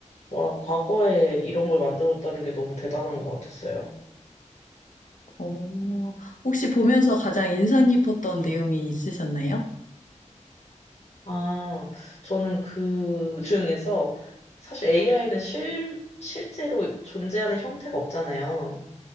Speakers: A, on the left; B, on the left.
A: 와, 과거에 이런 걸 만들었다는 게 너무 대단한 것 같았어요.
B: 어, 혹시 보면서 가장 인상 깊었던 내용이 있으셨나요?
A: 아, 저는 그 중에서 사실 AI는 실, 실제로 존재하는 형태가 없잖아요.